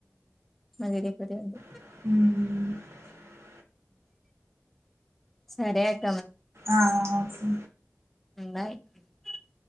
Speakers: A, in the centre; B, on the right (about 65°).
A: మ చెల్లి ఒకతె ఉంది
B: ఉహు
A: సరే అక్
B: ఆ ఆ ఓకే
A: <unintelligible>